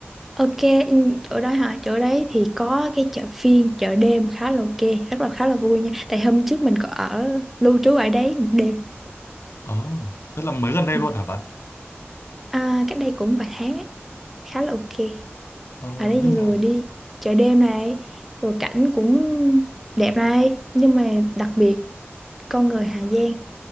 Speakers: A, in the centre; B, on the left.
A: ok ừ, chỗ đó hả chỗ đấy thì có cái chợ phiên chợ đêm khá là ok rất là khá là vui nha tại hôm trước mình có ở lưu trú ở đấy một đêm
B: Ồ, tức là mới gần đây
A: Ừ.
B: luôn hả bạn?
A: à, cách đây cũng vài tháng ấy khá là ok
B: Ờ,
A: ở đây
B: nhưng mà...
A: vừa đi chợ đêm này vừa cảnh cũng đẹp này nhưng mà đặc biệt con người Hà Giang